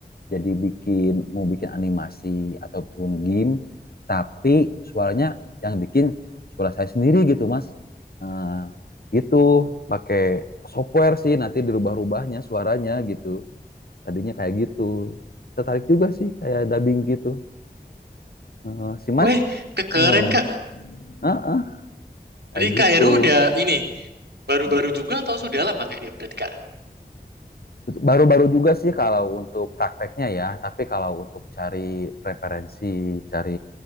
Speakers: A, on the left; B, on the right.
A: Jadi bikin mau bikin animasi ataupun game, tapi suaranya yang bikin suara saya sendiri gitu Mas. Nah, gitu pakai software sih nanti dirubah-rubahnya suaranya gitu. Tadinya kayak gitu. Tertarik juga sih kayak dubbing gitu. Eh, si Mas
B: Weh, kekeren
A: gimana?
B: Kak.
A: Heeh, kayak
B: Dari
A: gitu.
B: Kak udah ini baru-baru
A: Hmm.
B: juga atau sudah lama Kak ini berarti Kak?
A: Baru-baru juga sih kalau untuk prakteknya ya, tapi kalau untuk cari referensi, cari